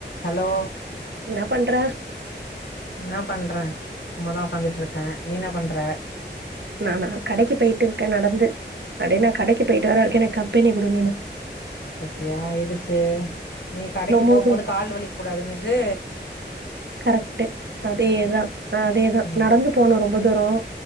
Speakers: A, on the left; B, on the right.
A: Hello
B: என்ன பண்ற?
A: என்ன பண்றன் சும்மாதான் உட்காந்துட்டு இருக்கேன் நீ என்ன பண்ற?
B: நானா கடைக்கு போயிட்டு இருக்கேன் நடந்து அடே நான் கடைக்கு போயிட்டு வர வரைக்கும் எனக்கு கம்பெனி குடு நீனு.
A: பத்தியா எதுக்கு நீ கடைக்கு
B: ரொம்பவே
A: போகும் போது கால் வலிக்கூடாதுன்னுட்டு
B: கரெக்ட் அதேதான் அதேதான்
A: ம்
B: நடந்து போனும் ரொம்ப தூரம்.